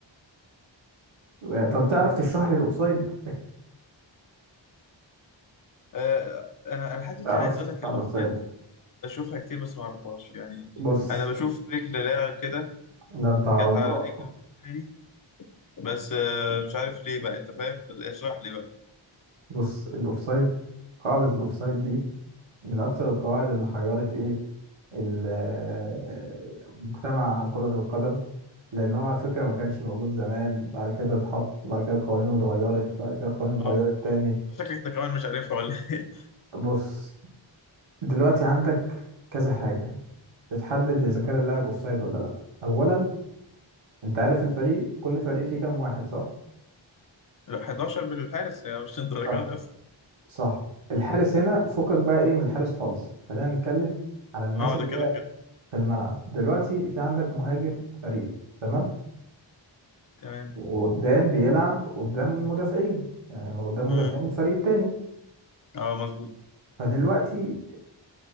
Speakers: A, on the right; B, on the left.
A: <laughs> طب تعرف تشرح لي الاوفسايد
B: آه انا انا حتى
A: <laughs> تعرفش
B: انا عايز اقول
A: تشرح
B: لك الاوفسايد
A: الاوفسايد
B: بشوفها كتير بس ما اعرفهاش يعني
A: بص
B: انا بشوف رجل لاعب كده
A: ده انت على
B: جت
A: الله
B: على رجل الثاني بس آه مش عارف ليه بقى انت فاهم بس اشرح لي بقى
A: بص الاوفسايد قاعدة الاوفسايد دي من اكتر القواعد اللي حيرت ايه ال- آه، مجتمع كرة القدم لان هو على فكرة ما كانش موجود زمان بعد كده اتحط بعد كده قوانينه اتغيرت بعد كده قوانينه
B: اه
A: اتغيرت
B: اه
A: تاني
B: شكلك انت كمان مش عارفها ولا ايه
A: بص دلوقتي عندك كذا حاجة بتحدد اذا كان اللاعب اوفسايد ولا لا اولا انت عارف الفريق كل فريق فيه كام واحد صح
B: <laughs> لا 11 بالحارس يعني مش للدرجات
A: صح
B: دي اصلا
A: صح
B: مم.
A: الحارس هنا فكك بقى ايه من الحارس خالص خلينا نتكلم على الناس
B: اه
A: اللي
B: ده كده
A: هي
B: كده
A: في الملعب دلوقتي في عندك مهاجم فريق تمام
B: تمام
A: وقدام بيلعب قدام المدافعين يعني هو قدام
B: مم.
A: مدافعين الفريق التاني
B: اه مظبوط
A: فدلوقتي